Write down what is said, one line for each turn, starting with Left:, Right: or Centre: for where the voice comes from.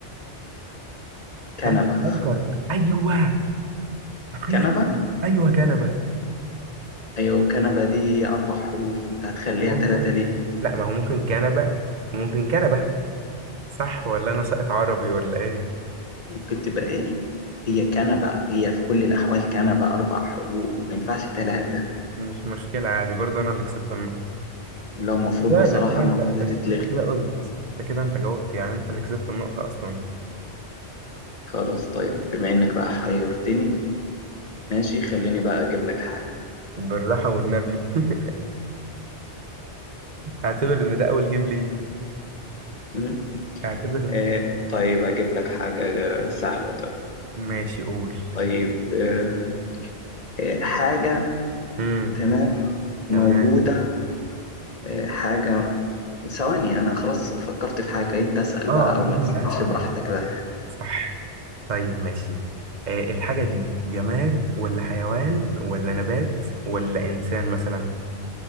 Left: كنبة
Right: ها فكر ايوه اخيرا
Left: كنبة
Right: ايوه كنبه
Left: ايوه كنبة دي هي اربع حروف انت هتخليها
Right: يا نهار.
Left: ثلاثة ليه
Right: لا ما هو ممكن كنبه وممكن كنبه صح ولا انا ساقط عربي ولا ايه
Left: ممكن تبقى ايه هي كنبة هي في كل الاحوال كنبة اربع حروف ما ينفعش ثلاثة
Right: مش مشكله عادي برضه انا اللي كسبت النقطه
Left: ولو المفروض
Right: ده
Left: بصراحة
Right: ده كده
Left: النقطة
Right: انت انت
Left: دي تتلغي
Right: انت كده قلت انت كده انت جاوبت يعني انت اللي كسبت النقطه اصلا
Left: خلاص طيب بما انك بقى حيرتني ماشي خليني بقى أجيب لك حاجة
Right: بالراحه والنبي <laughs> اعتبر ان ده اول جيم ليك
Left: مم؟
Right: اعتبر ان
Left: آه طيب هجيب لك حاجة آه، سهلة طيب
Right: ماشي قول
Left: طيب آه آه، حاجة
Right: امم
Left: تمام
Right: تمام
Left: موجودة آه حاجة ثواني أنا خلاص فكرت في حاجة أنت اسأل
Right: اه
Left: بقى
Right: اه انا
Left: أو ما تسألش
Right: اللي هسأل
Left: براحتك بقى
Right: صح طيب ماشي آه، الحاجة دي جماد ولا حيوان ولا نبات ولا إنسان مثلا